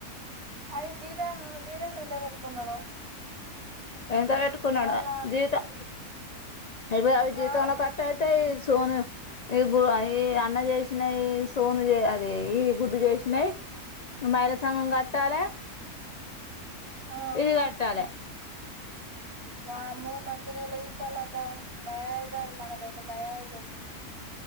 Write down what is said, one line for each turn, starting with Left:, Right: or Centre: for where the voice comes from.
Right: అదే జీతా జీతం ఎంతా పెట్టుకున్నాడో
Left: ఎంత పెట్టుకున్నాడో
Right: వాళ్ళ
Left: జీతం ఎవరి ఎవరి జీతాలో
Right: ఆ
Left: కట్టా ఎయితేయి సోను ఈ గు ఈ అన్న చేసినాయి సోను అది ఈ గుడ్డు చేసినాయి మైళసంగం కట్టాలే
Right: ఆ
Left: ఇదిగాట్టాలే
Right: వామ్మో మంచినీళ్ళ తిద్ద లాగా భయంమైతుంది మనకైతే భయమైతది